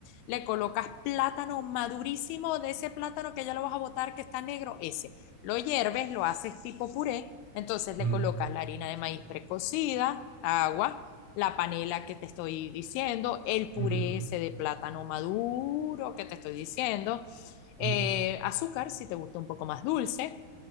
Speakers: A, on the left (about 80°); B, on the right (about 65°).
A: Le colocas plátano madurísimo de ese plátano que ya lo vas a botar que está negro, ese. Lo hierves, lo haces tipo puré. Entonces
B: mm,
A: le colocas la harina de maíz precocida, agua, la panela que te estoy diciendo, el puré
B: mhm,
A: ese de plátano maduro que te estoy diciendo, eh,
B: mm,
A: azúcar si te gusta un poco más dulce,